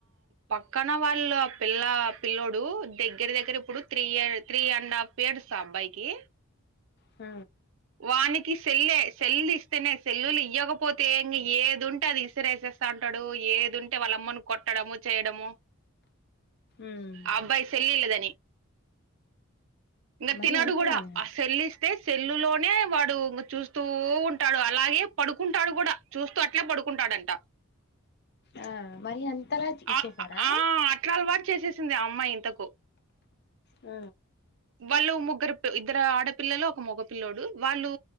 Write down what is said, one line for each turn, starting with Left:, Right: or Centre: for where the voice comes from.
Right: పక్కన వాళ్ళు పిల్ల పిల్లోడు. దగ్గర దగ్గర ఇప్పుడు three year three and half years ఆ అబ్బాయికి.
Left: అ.
Right: వానికి సెల్ సెల్లు ఇస్తేనే సెల్లులు ఇవ్వకపోతే ఏమిఏది ఉంటే అది ఇసిరేస. అంటాడు ఏదింటే వాళ్ళమ్మను కొట్టడము చేయడము.
Left: ఉమ్
Right: అబ్బాయి సెల్ లియ్యలేదని. ఇంకా
Left: మరి
Right: తినడు
Left: అంతలానా
Right: కూడా ఆ సెల్లు ఇస్తే సెల్లులో. నే వాడు చూస్తూ ఉంటాడు అలాగే పడుకుంటాడు కూడా చూస్తూ అట్లే పడుకుంటాడంట.
Left: ఆ మరి అంతలా ఇచ్చేసారా.
Right: ఆ ఆ అట్లా అలవాటు చేసేసింది ఆ అమ్మాయి ఇంతకు.
Left: ఊ.
Right: వాళ్ళు ముగ్గురు ఇద్దరు ఆడపిల్లలు ఒక మగపిల్లడు వాళ్ళు